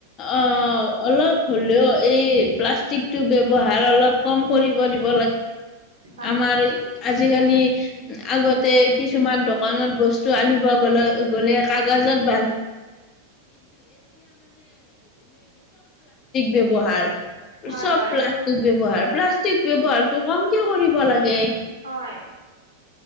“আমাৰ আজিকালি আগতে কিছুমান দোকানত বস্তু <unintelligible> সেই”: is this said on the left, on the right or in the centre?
Left